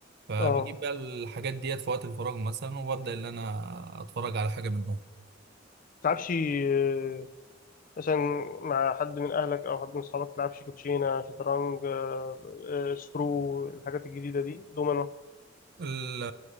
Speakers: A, on the right; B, on the left.
A: فبجيب
B: اه
A: بقى الحاجات ديت في وقت الفراغ مثلا وببدأ ان انا اتفرج على حاجة منهم
B: تلعبش آه، مثلا مع حد من أهلك أو حد من أصحابك تلعبش كوتشينة شطرنج آه، آه، سكرو الحاجات الجديدة دي دومنة
A: ال